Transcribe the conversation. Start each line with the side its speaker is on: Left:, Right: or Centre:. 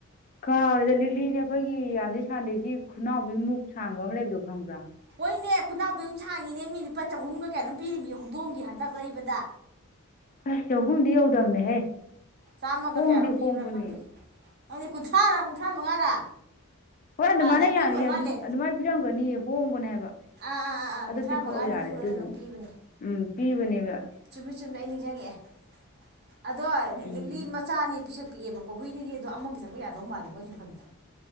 Left: ꯀꯥꯎꯔꯦꯗ ꯂꯤꯛꯂꯤꯅꯦ ꯑꯈꯣꯏꯒꯤ ꯌꯥꯝꯗꯤ ꯁꯥꯡꯗꯦ ꯁꯤ ꯈꯨꯅꯥꯎꯕꯤ ꯃꯨꯛ ꯁꯥꯡꯕ ꯑꯃ ꯂꯩꯕꯗꯣ ꯈꯪꯕ꯭ꯔꯥ
Right: ꯍꯣꯏꯅꯦ ꯈꯨꯅꯥꯎꯕꯤ ꯃꯨꯛ ꯁꯥꯡꯉꯤꯅꯦ ꯃꯤ ꯂꯨꯄꯥ ꯆꯍꯨꯝꯒ ꯀꯌꯥꯅꯣꯝ ꯄꯤꯔꯤꯅꯤ ꯍꯧꯗꯣꯡꯒꯤ ꯍꯟꯗꯛ ꯂꯩꯕꯗ
Left: ꯍꯦ ꯆꯍꯨꯝꯗꯤ ꯌꯧꯗꯕꯅꯦꯍꯦ
Right: ꯆꯥꯝꯃꯒ
Left: ꯍꯣꯡꯗꯤ
Right: ꯀꯌꯥꯅꯣꯝ ꯄꯤꯕ꯭ꯔꯥ
Left: ꯍꯣꯡꯕꯅꯦ
Right: ꯈꯪꯗꯦ ꯈꯪꯗꯦ ꯀꯨꯟꯊ꯭ꯔꯥꯔ ꯀꯨꯟꯊ꯭ꯔꯥ ꯃꯉꯥꯔ
Left: ꯍꯣꯏ ꯑꯗꯨꯃꯥꯏꯅ
Right: ꯑꯥ ꯑꯗꯥꯏ
Left: ꯌꯥꯏꯌꯥꯅꯨ
Right: ꯄꯤꯕ ꯑꯣꯏꯔ ꯃꯥꯜꯂꯦ
Left: ꯑꯗꯨꯃꯥꯏ ꯄꯤꯔꯝꯒꯅꯤ ꯍꯣꯡꯕꯅꯦ ꯍꯥꯏꯕ
Right: ꯑꯥ ꯑꯥ ꯑꯥ ꯑꯥ
Left: ꯑꯗꯨ
Right: ꯀꯨꯟꯊ꯭ꯔꯥ
Left: ꯄꯤꯊꯛꯑꯣ
Right: ꯃꯉꯥ ꯅꯤꯐꯨꯔ
Left: ꯌꯥꯔꯦ ꯑꯗꯨꯗꯨꯝ
Right: ꯀꯩꯅꯣꯝ ꯄꯤꯕꯅꯦ
Left: ꯎꯝ ꯄꯤꯕꯅꯦꯕ
Right: ꯆꯨꯝꯃꯦ ꯆꯨꯝꯃꯦ ꯑꯩ ꯅꯤꯡꯖꯡꯉꯛꯑꯦ ꯑꯗꯣ
Left: ꯎꯝ
Right: ꯂꯤꯛꯂꯤ ꯃꯆꯥꯅꯦ ꯄꯤꯁꯛ ꯄꯤꯑꯦꯕꯀꯣ ꯍꯨꯏꯗꯗꯤ ꯑꯗꯣ ꯑꯃ ꯄꯤꯊꯛꯄ ꯌꯥꯗꯧ ꯃꯥꯜꯂꯦ ꯃꯣꯏ <unintelligible>